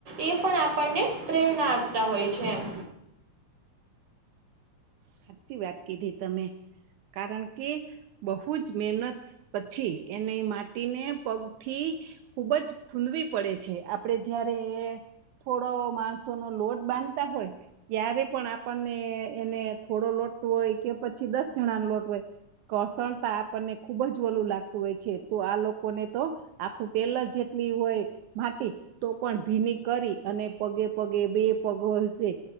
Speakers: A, on the right (about 35°); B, on the right (about 80°).
A: એ પણ આપણને પ્રેરણા આપતા હોય છે, એમ.
B: સાચી વાત કીધી, તમે કારણ કે બહુ જ મહેનત, પછી એને માટીને પગથી. ખુબ જ ખૂદવી પડે છે, આપડે જયારે થોડો માણસો નો લોટ બાંધતા હોય, ત્યારે પણ આપણને. એને થોડો લોટ હોય કે, પછી દસ હજાર જણાનો લોટ હોય. કસણતા આપણને ખુબ જ વલું લાગતું હોય છે, તો આ લોકોને તો. આખું પેલર જેટલી હોય. માટી તો પણ ભીની કરી, અને પગે પગે બે પગો હશે.